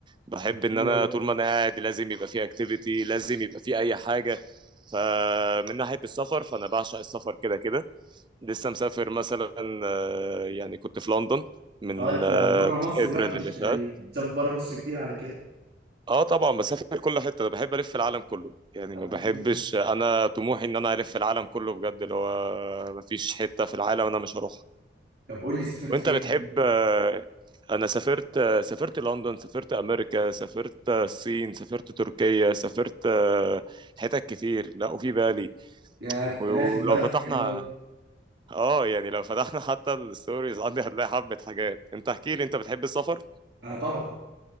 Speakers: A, on the right; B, on the right.
A: بحب
B: طب ده حلو
A: ان انا
B: قوي
A: طول ما انا قاعد لازم يبقى في اكتيفيتي لازم يبقى في اي حاجه فمن ناحيه السفر فانا بعشق السفر كده كده لسه مسافر مثلا آه، يعني كنت في لندن من
B: قعدت
A: آه،
B: بره مصر
A: ابريل
B: بقى مش
A: اللي فات
B: يعني بتسافر بره مصر كتير على كده
A: اه طبعا بسافر كل حته انا بحب الف العالم كله يعني
B: طب
A: ما بحبش
B: ده حلو قوي
A: انا طموحي ان انا الف العالم كله بجد اللي هو ما فيش حته في العالم انا مش هروحها
B: طب قول لي سافرت
A: وانت
B: فين
A: بتحب
B: بقى
A: آه، انا سافرت آه، سافرت لندن سافرت امريكا سافرت آه، الصين سافرت تركيا سافرت آه، حتت كتير لا وفي بالي
B: يا كنت
A: ولو
B: لافف بلف
A: فتحنا
B: حلو قوي
A: اه يعني لو فتحنا <laughs> حتى الستوريز عندي هتلاقي حبة حاجات انت احكي لي انت بتحب السفر
B: اه طبعا